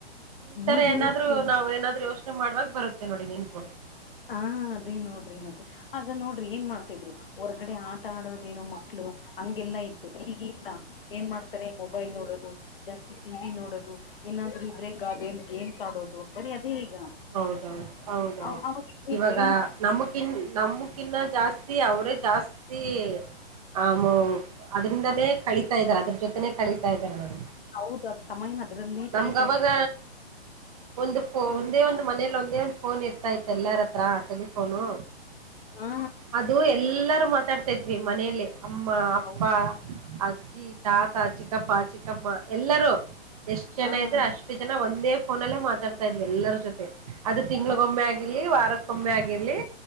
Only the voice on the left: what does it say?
ಈಗಿನ
ಮಕ್ಳು
ಹಾ ಅದೇ ನೋಡ್ರಿ ಮತ್ತೆ ಆಗ ನೋಡ್ರಿ ಏನ್ ಮಾಡ್ತಾ ಇದ್ರು ಹೊರ್ಗಡೆ ಆಟ ಆಡೋದೇನೋ ಮಕ್ಳು ಹಂಗೆಲ್ಲಾ ಇತ್ತು ಹೀಗಿಲ್ಲ ಏನ್ ಮಾಡ್ತಾರೆ ಮೊಬೈಲ್ ನೋಡೋದು ಜಾಸ್ತಿ ಟಿವಿ ನೋಡೋದು ಏನಾದ್ರು ಇದ್ರೆ ಗಾದ ನ್ ಗೇಮ್ಸ್ ಆಡೋದು ಬರಿ ಅದೇ ಈಗ
ಅವಾಗ
ಏನ್
ಹೌದ್ ಅದ್ ಸಮಯನ ಅದ್ರಲ್ಲೇ
ಕಳಿತಾ ಇದ್ವಿ
ಹಾ
ಹೌದ
ಹ
ಹ